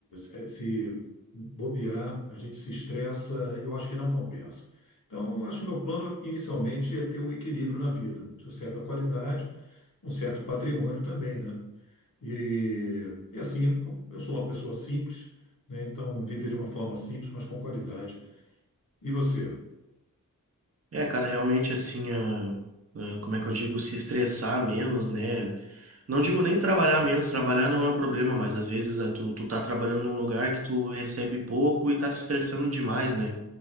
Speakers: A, on the left; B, on the right.
A: eh, se bobear, a gente se estressa, eu acho que não compensa. Então, eu acho que meu plano inicialmente é ter um equilíbrio na vida, uma certa qualidade, um certo patrimônio também, né? E, e assim, eu sou uma pessoa simples, né? Então, viver de uma forma simples, mas com qualidade e você?
B: É, cara, realmente assim, a, a- como é que eu digo, se estressar menos, né? Não digo nem trabalhar
A: Sim,
B: menos, trabalhar não é um problema, mas às vezes a, tu, tu tá trabalhando num lugar que tu recebe pouco e tá se estressando demais, né?